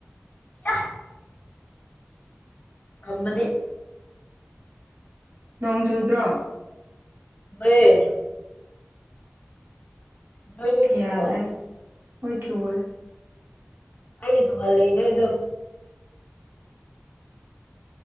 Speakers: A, on the left; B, on the right.
A: <unintelligible> ꯉꯝꯃꯗꯤ
B: ꯅꯣꯡꯖꯨꯗ꯭ꯔꯣ
A: ꯋꯦ ꯅꯣꯏꯁꯨ ꯆꯨꯕ꯭ꯔꯣ
B: ꯌꯥꯗ꯭ꯔꯦ ꯍꯣꯏ ꯆꯨꯋꯦ
A: ꯑꯩꯗꯤ ꯇꯨꯍꯜ ꯂꯩꯅꯦ ꯗꯨ